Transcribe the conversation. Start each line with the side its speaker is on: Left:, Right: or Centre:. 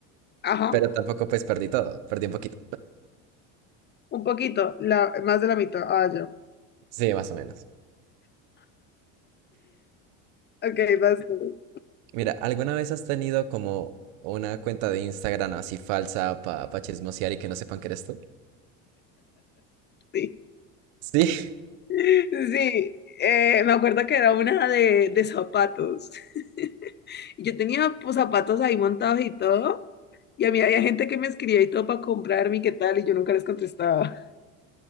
Left: Ajá,
Right: pero tampoco pues perdí todo. Perdí un poquito.
Left: un poquito, la, más de la mitad. Ah, ya.
Right: Sí, más o menos.
Left: Ok, vas tú.
Right: Mira, ¿alguna vez has tenido como una cuenta de Instagram así falsa para pa pa chismosear y que no sepan que eres tú?
Left: Sí.
Right: Sí.
Left: Sí, eh, me acuerdo que era una de, de zapatos. <laughs> Y Yo tenía pues, zapatos ahí montados y todo. Y a mí había gente que me escribía y todo para comprarme y qué tal, y yo nunca les contestaba.